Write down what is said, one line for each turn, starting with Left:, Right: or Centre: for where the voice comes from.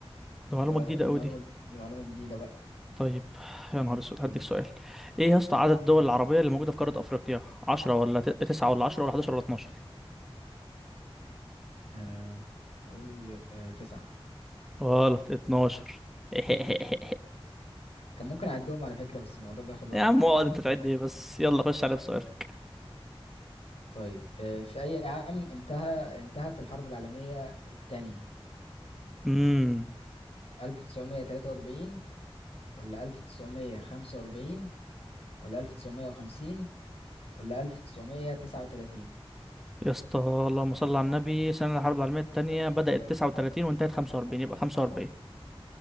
Centre: ده معلومة
Left: آه
Centre: جديدة
Left: دي
Centre: قوي
Left: معلومة
Centre: دي
Left: دي معلومة جديدة بقى
Centre: طيب يا نهار اسود
Left: قول
Centre: هديك سؤال ايه يا اسطى عدد الدول العربية اللي موجودة في قارة افريقيا 10 ولا ت- 9 ولا 10 ولا 11 ولا 12
Left: آه هقول آه تسعة
Centre: غلط 12 <laughs>
Left: كان ممكن اعدهم على فكرة بس الموضوع بياخد وقت
Centre: يا عم اقعد انت تعد ايه بس يلا خش على بسؤالك
Left: طيب آه، في أي عام انتهى انتهت الحرب العالمية الثانية؟
Centre: امم
Left: 1943 ولا 1945 ولا 1950 ولا 1939
Centre: يا اسطى اللهم صل على النبي سنة الحرب العالمية التانية بدأت 39 وانتهت 45 يبقى 45